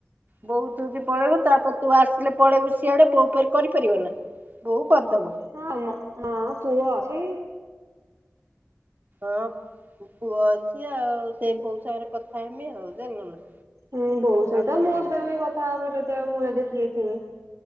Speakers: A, on the right; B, on the right.
A: ବୋଉ ତୁ କି ପଳେଇବ ତାପରେ ତୁ ଆସିଲେ ପଳେଇବୁ ସିଆଡେ ବୋଉ ଫେରେ କରିପାରିବ ନା? ବୋଉ କରିଦବ
B: ହଁ ହଁ ପୁଅ ଅଛି।
A: ହଁ ପୁଅ ଅଛି ଆଉ ସେଇ ବୋଉ ସାଙ୍ଗରେ କଥା ହେମି ଆଉ ଜାଣିଲୁ ନା
B: ହୁଁ ବୋଉ ସହିତ
A: ଆଉ କଣ
B: ମୋ
A: କରିବି।
B: ସତ ବି କଥା ହବ ଯେତେବେଳେ ମୁଁ ଯଦି ଫ୍ରି ଥିବି